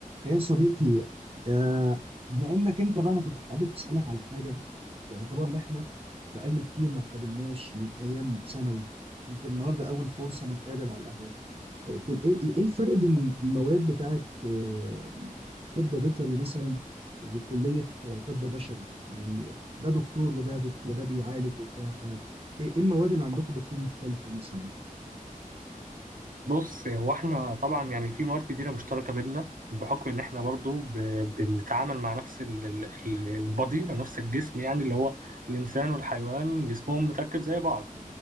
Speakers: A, on the right; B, on the right.
A: ايه يا صديقي آه بانك انت بقى انا كنت حابب اسالك على حاجه باعتبار ان احنا بقالنا كتير ما تقابلناش من ايام ثانوي يمكن النهارده اول فرصه نتقابل على القهوه آه، كل ايه ايه إيه الفرق بين المواد بتاعه آه، طب بيطري مثلا وكليه آه، طب بشري يعني ده دكتور وده دكتور وده بيعالج وبتاع فايه المواد اللي عندكم بتكون مختلفه مثلا
B: بص هو احنا طبعا يعني في مواد كتيرة مشتركة بينا بحكم ان احنا برضو ب... بنتعامل مع نفس ال... ال... ال- البادي او نفس الجسم يعني اللي هو الانسان والحيوان جسمهم متركب زي بعض